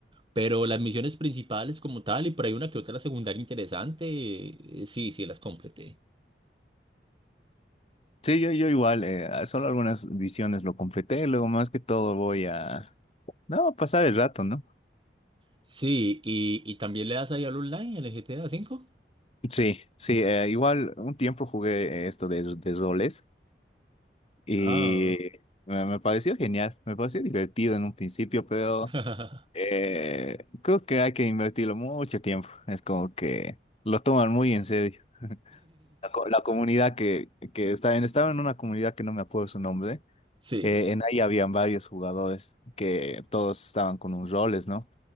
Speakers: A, on the right; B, on the left.
A: Pero las misiones principales como tal, y por ahí una que otra la secundaria interesante, eh, sí, sí las completé.
B: Sí, yo, yo igual, eh, solo algunas visiones lo completé, luego más que todo voy a... No, pasar el rato, ¿no?
A: Sí, y, y también le das ahí al online, al GTA cinco.
B: Sí, sí, eh, igual un tiempo jugué esto de, de roles y
A: Ah.
B: me, me pareció genial, me pareció divertido en un principio, pero
A: <laughs>
B: eh, creo que hay que invertirlo mucho tiempo. Es como que lo toman muy en serio. La, co- la comunidad que, que está en, estaba en una comunidad que no me acuerdo su nombre,
A: Sí.
B: eh, en ahí habían varios jugadores que todos estaban con un roles, ¿no?